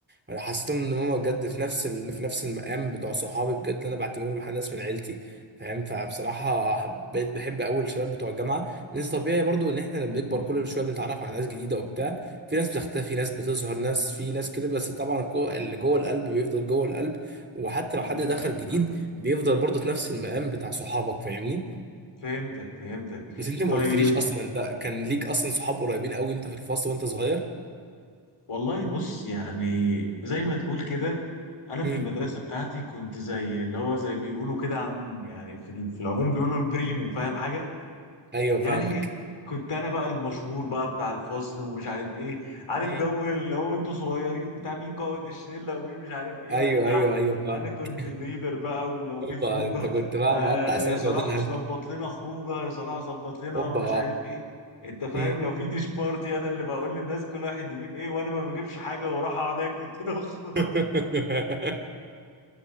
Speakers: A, on the right (about 20°); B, on the left (about 90°).
A: انا حسيتهم ان هم بجد في نفس ال... في نفس المقام بتوع صحابي بجد انا بعتبرهم مع ناس من عيلتي فاهم فبصراحه حب- بقيت بحب اول الشباب بتوع الجامعه لان طبيعي برضو
B: مهم.
A: ان احنا لما بنكبر
B: فهمتك
A: كل شويه بنتعرف على ناس جديده وبتاع في ناس بتختفي ناس بتظهر ناس في ناس كده بس طبعا الجو- اللي جوه القلب بيفضل جوه القلب وحتى
B: ايوه
A: لو حد دخل
B: ايوه
A: جديد
B: فاهم
A: بيفضل برضو في نفس المقام بتاع صحابك فاهمني
B: فهمتك فهمتك
A: بس انت ما
B: طيب
A: قلتليش اصلا انت كان ليك اصلا صحاب قريبين قوي انت في الفصل وانت صغير
B: والله بص يعني زي ما تقول كده انا في
A: مم.
B: المدرسه بتاعتي كنت زي اللي هو زي بيقولوا كده عن يعني في في العموم بيقولوا البريمو فاهم حاجه
A: ايوه
B: يعني
A: فاهمك
B: كنت انا بقى المشهور بقى بتاع الفصل ومش عارف ايه عارف
A: مم.
B: جو اللي هو انتوا صغيرين بتاع مين قائد الشله ومين مش عارف ايه
A: ايوه
B: وبتاع
A: ايوه ايوه فاهمك
B: انا كنت الليدر بقى ولو في
A: اوبا
B: خروجه
A: انت كنت بقى
B: آه
A: مقطع سمكه
B: يا صلاح
A: وديلها انت
B: ظبط لنا خروجه يا صلاح ظبط لنا
A: اوبا
B: مش عارف ايه انت فاهم
A: مم.
B: لو في ديش بارتي انا اللي بقول للناس كل واحد يجيب ايه وانا ما بجيبش حاجه واروح اقعد اكل كده <laughs>
A: <laughs>